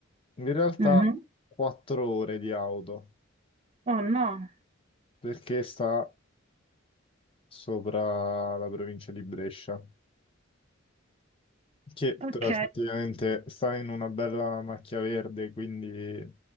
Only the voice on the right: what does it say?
Mhm.
Oh no,
ok.